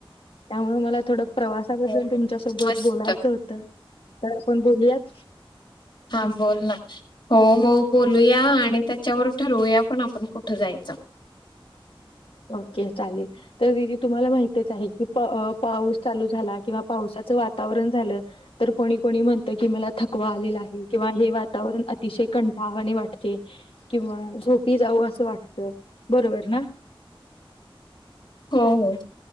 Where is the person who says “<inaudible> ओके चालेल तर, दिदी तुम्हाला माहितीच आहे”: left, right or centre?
Left